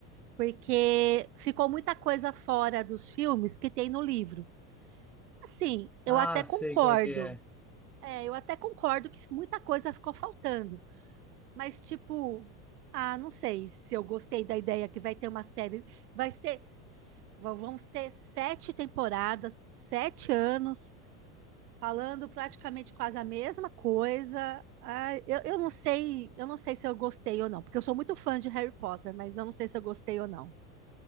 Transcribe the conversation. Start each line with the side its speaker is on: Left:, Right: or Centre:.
Right: porque ficou muita coisa fora dos filmes que tem no livro. Assim, eu
Centre: Ah,
Right: até concordo.
Centre: sei qual é que é.
Right: É, eu até concordo que muita coisa ficou faltando, mas tipo, ah, não sei se eu gostei da ideia que vai ter uma série, vai ser s- va- vão ser sete temporadas, sete anos falando praticamente quase a mesma coisa. Ah, eu, eu não sei, eu não sei se eu gostei ou não, porque eu sou muito fã de Harry Potter, mas eu não sei se eu gostei ou não.